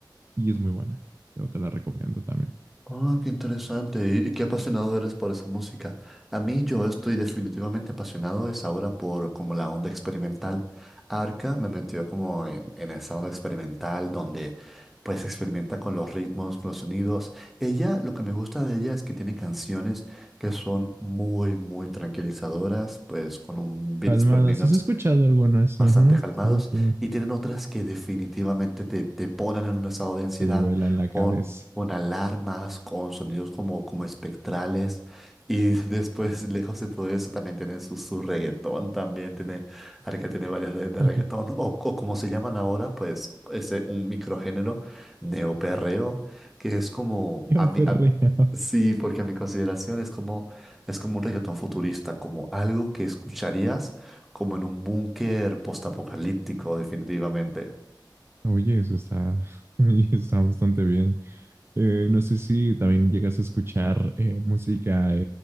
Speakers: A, on the right; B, in the centre.
A: y es muy buena. Yo te la recomiendo también.
B: Ah, qué interesante y, y qué apasionado eres por esa música. A mí yo estoy definitivamente apasionado es ahora por como la onda experimental. Arca me metió como en, en esa onda experimental donde pues experimenta con los ritmos, con los sonidos. Ella, lo que me gusta de ella es que tiene canciones que son muy, muy tranquilizadoras, pues con un beats
A: Calmada,
B: per minute
A: ¿sí has escuchado algunas?
B: bastante
A: Ajá,
B: calmados
A: sí, sí.
B: y tienen otras que definitivamente te, te ponen en un estado de ansiedad
A: Sí, vuela en la
B: con,
A: cabeza.
B: con alarmas, con sonidos como, como espectrales y <laughs> después, lejos de todo eso, también tienen su, su reggaetón, también tiene, Arca tiene varias de,
A: <laughs>
B: de reggaetón o, o como se llaman ahora, pues ese un microgénero neoperreo que es como...
A: Yo
B: A mi-
A: perreo.
B: a- Sí, porque a mi consideración es como, es como un reggaetón futurista, como algo que escucharías como en un búnker postapocalíptico, definitivamente.
A: Oye, eso está, <laughs> oye, está bastante bien. Eh, no sé si también llegas a escuchar eh, música eh,